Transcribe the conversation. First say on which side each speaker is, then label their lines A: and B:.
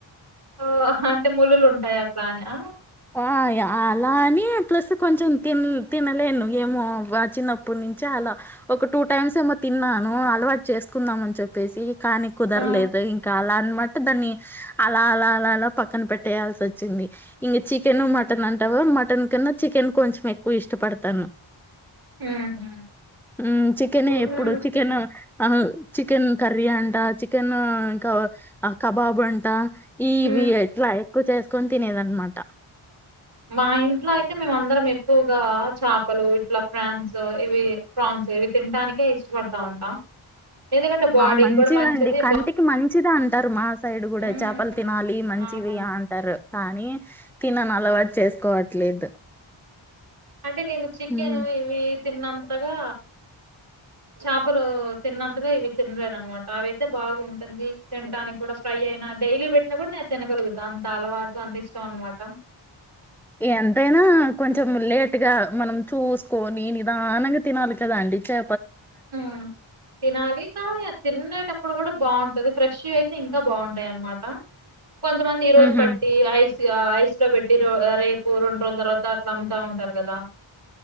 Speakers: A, on the right; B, in the centre.
A: ఓ హ అంటే ముల్లులు ఉంటాయి అట్లా అనా
B: ఆ అలా అని ప్లస్ కొంచెం తిన్ తినలేను ఏమో చినప్పటి నుంచి అలా ఒక టూ టైమ్స్ ఏమో తిన్నాను అలవాటు చేసుకుందాం అని చెప్పేసి కానీ కుదరలేదు
A: ఆ!
B: ఇంకా అలా అన్నమాట దాన్ని అలా అలా అలా అలా పక్కన పెట్టేయాల్సి వచ్చింది ఇంక చికెన్ మటన్ అంటావా మటన్ కన్నా చికెన్ కొంచెం ఎక్కువ ఇష్టపడతాను
A: హుహు.
B: మ్ చికెన్ ఎప్పుడు
A: హ్మ్.
B: చికెన్ చికెన్ కర్రీ అంట చికెన్ ఇంకా కబాబు అంట ఇవి
A: హ్మ్.
B: ఇట్లా ఎక్కువ చేసుకొని తినేద అన్నమాట ట
A: మా ఇంట్లో అయితే మేము అందరం ఎక్కువగా చేపలు ఇట్లా ఫ్రాన్స్ ఇవి ఫ్రాన్స్ ఇవి తింటానికి ఇష్టపడతా ఉంటాం ఎందుకంటే బాడీకి
B: ఆ మంచిగా
A: కూడా మంచిది
B: అండి కంటికి
A: బా
B: మం మంచిది అంటారు మా సైడ్ కూడా
A: హ్మ్.
B: చేపలు తినాలి మంచివి
A: అవును.
B: అ అంటారు కానీ తినను అలవాటు చేసుకోవట్లేదు
A: అంటే నేను చికెను
B: హ్మ్
A: ఇవి తిన్నంతగా చాపలు తిన్నంతగా ఇవి తినలేను అన్నమాట అవి అయితే బాగుంటుంది తింటానికి కూడా ఫ్రై అయినా డైలీ పెట్టినా కూడా నేను తినగలుగుతా అంత అలవాటు అంత ఇష్టం అన్నమాట
B: ఎంతైనా కొంచెం లేట్ గా మనం చూసుకొని నిదానంగా తినాలి కదా అండి చె
A: మ్ తినాలి కానీ అది తిన్నేటప్పు డు గూడా బాగుంటది ఫ్రెష్ వి అయితే ఇంకా బాగుంటాయి అన్నమాట కొంతమంది ఈ రోజు
B: ఊహూ
A: పట్టి ఐస్ ఐస్ లో పెట్టి రేపు ఆ రొన్ రోన్ తర్వాత అట్ల అమ్ముతా ఉంటారు కదా